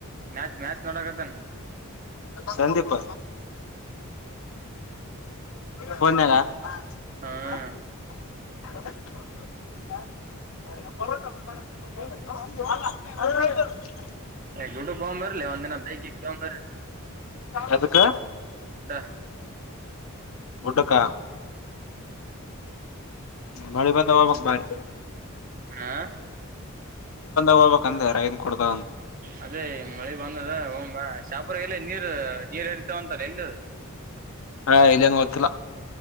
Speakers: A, on the right (about 40°); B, on the left (about 65°).
A: ಮ್ಯಾಚ್ ಮ್ಯಾಚ್ ನೋಡಕದನ್
B: ಸಂದೀಪ್ ಫೋನ್ನಂಗ ಹಾ
A: ಹ್ಮ
B: <unintelligible> <unintelligible>
A: ಗುಟಕ್ ಹೋಗನ್ ಬರ್ಲಿಲ್ಲ ಒಂದಿನ ಬೈಕ್ ಗಿಕ್ ತಗೊಂಡು
B: ಅದಕ್ಕ
A: ಯಕ್ಡ
B: ಗುಟುಕ್ಕ ಮಳಿ ಬಂದ ಮಕ್ ಬಾಲಿ
A: ಹಾ
B: ಹೋಗ್ಬಕ್ ಅಂದೆ ರೈನ್ ಕೊಡ್ದ
A: ಅದೇ ಮಳಿ ಬಂದದ ಹೋಗನ್ ಬಾ ಚಾಪುರಗೆಲ್ಲ ನೀರು ನೀರ್ ಹರಿತಾವಂತಲ್ಲ ಎಲ್ಲದು
B: ಹಾ ಇಲ್ಲಂಗಗೆ ಗೊತ್ತಿಲ್ಲ